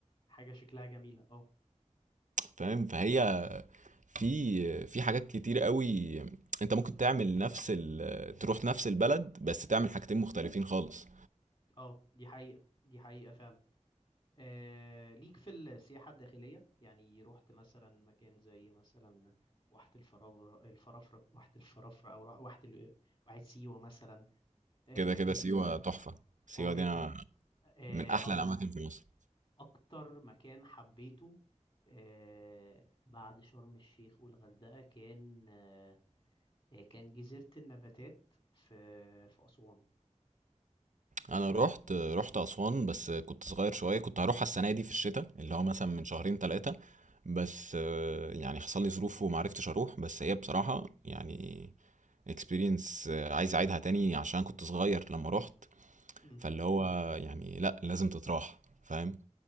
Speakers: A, on the left; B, on the right.
A: حاجة شكلها جميلة اه
B: فاهم فهي في في حاجات كتير قوي انت ممكن تعمل نفس ال... تروح نفس البلد بس تعمل حاجتين مختلفين خالص
A: اه دي حقيقة دي حقيقة فعلا آه ليك في السياحة الداخلية يعني رحت مثلا مكان زي مثلا واحة الفراورة الفرافرة واحة الفرافرة أو واحة ال- واحة سيوة مثلا اه
B: كده كده
A: ج-
B: سيوة تحفة سيوة
A: آه، جدا
B: دي انا
A: اه
B: من احلى الاماكن في مصر
A: اكتر مكان حبيته آه، بعد شرم الشيخ والغردقة كان آه، آه، كان جزيرة النباتات في في أسوان
B: انا رحت رحت اسوان بس كنت صغير شوية كنت هروحها السنة دي في الشتاء اللي
A: مم.
B: هو مثلا من شهرين ثلاثة بس آه، يعني حصل لي ظروف وما عرفتش اروح بس هي بصراحة يعني اكسبيرينس عايز اعيدها تاني عشان كنت صغير لما رحت
A: مم.
B: فاللي هو يعني لا لازم تتراح فاهم